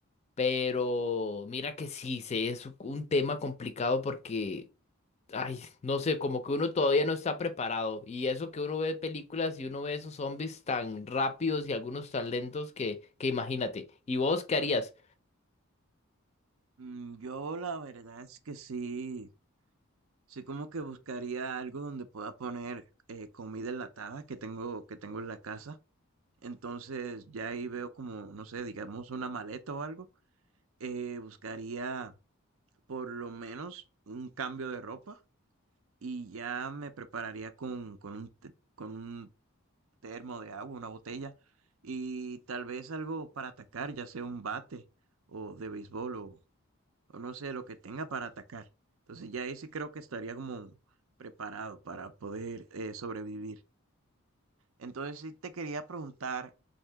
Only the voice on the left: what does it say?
Pero mira que sí, se es un tema complicado porque, ay, no sé, como que uno todavía no está preparado. Y eso que uno ve películas y uno ve esos zombies tan rápidos y algunos tan lentos que, que imagínate. ¿Y vos qué harías?